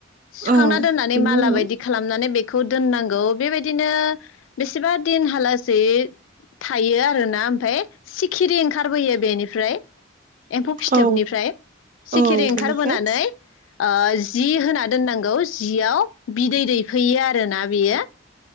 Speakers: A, on the left (about 80°); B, on the right (about 40°).
A: सुखांना
B: औ
A: दोननानै
B: बेनि
A: माला
B: उनाव
A: बायदि खालामनानै बे खौ दोननांगौ बेबायदिनो बेसेबा दिनहालासेै थायो आरोना ओमफाय। सिखिरि ओंखारबोयो बेनिफ्राय एम्फौ फिथोबनिफ्राय
B: औ
A: सिखिरि
B: औ
A: ओंखारबोनानै
B: बेनिफ्राय
A: ओ जि होना दोननांगौ जियाव बिदै दैफैयो आरोना बेयो।